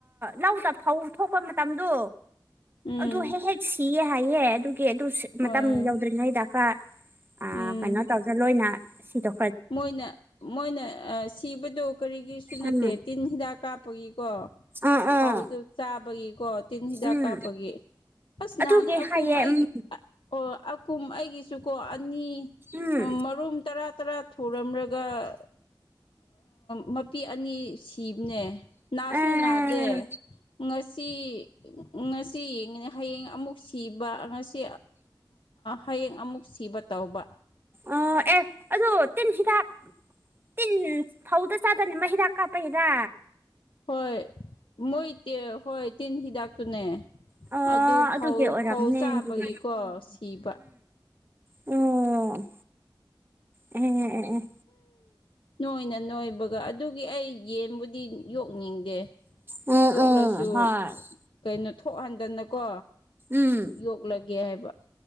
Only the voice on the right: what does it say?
ꯂꯧꯗ ꯐꯧ ꯊꯣꯛꯄ ꯃꯇꯝꯗꯣ
ꯑꯗꯨ ꯍꯦꯛ ꯍꯦꯛ ꯁꯤꯌꯦ ꯍꯥꯏꯌꯦꯦ ꯑꯗꯨꯒꯤ ꯑꯗꯨ
ꯃꯇꯝ ꯌꯧꯗ꯭ꯔꯤꯉꯩꯗꯀ ꯑ
ꯀꯩꯅꯣ ꯇꯧꯗ꯭ꯔ ꯂꯣꯏꯅ ꯁꯤ ꯇ
ꯎꯝ
ꯑꯥ
ꯑꯥ
ꯎꯝ
ꯑꯗꯨꯒꯤ
ꯍꯥꯏꯌꯦ
ꯎꯝ
ꯎꯝ
ꯑꯥ
ꯑꯣ ꯑꯦ ꯑꯗꯨꯗ ꯇꯤꯟꯁꯤꯗ ꯏ ꯍꯥꯎꯗ ꯆꯗꯅꯤ ꯃ ꯍꯗ ꯀꯥꯄ ꯍꯔ
ꯑ
ꯑꯗꯨꯒꯤ ꯑꯣꯏꯔꯝꯅꯦ
ꯑꯗꯨꯗꯤ
ꯑꯣ ꯎꯝ ꯎꯝ ꯎꯝ
ꯑꯦ
ꯑꯣ ꯑꯣ ꯍꯣꯏ
ꯎꯝ